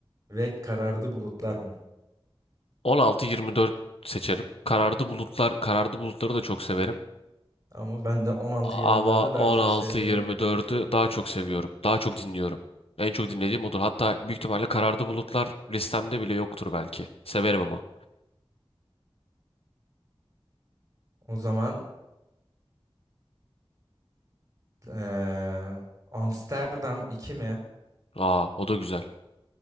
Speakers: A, on the right; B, on the left.
A: Vek karardı bulutlar mı?
B: 16-24 seçerim. Karardı bulutlar, karardı bulutları da çok severim.
A: Ama ben de 16-24'ü
B: Ama
A: daha
B: 16-24'ü
A: çok sevdiğini biliyorum.
B: daha çok seviyorum. Daha çok dinliyorum. En çok dinlediğim odur. Hatta büyük ihtimalle karardı bulutlar listemde bile yoktur belki. Severim ama.
A: O zaman eee, Amsterdam iki mi?
B: Aa, o da güzel.